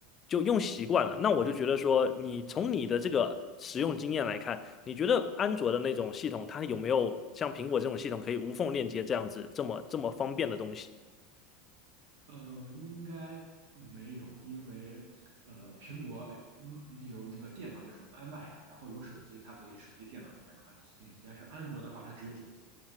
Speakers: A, on the left (about 20°); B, on the right (about 65°).
A: 就用习惯了。那我就觉得说，你从你的这个使用经验来看，你觉得安卓的那种系统，它有没有像苹果这种系统可以无缝链接这样子这么这么方便的东西？
B: 的。呃，应该没有，因为呃，苹果有嗯有那个电脑就是 iMac，然后有手机，它可以手机电脑之间传信息，但是安卓的话它只有手机。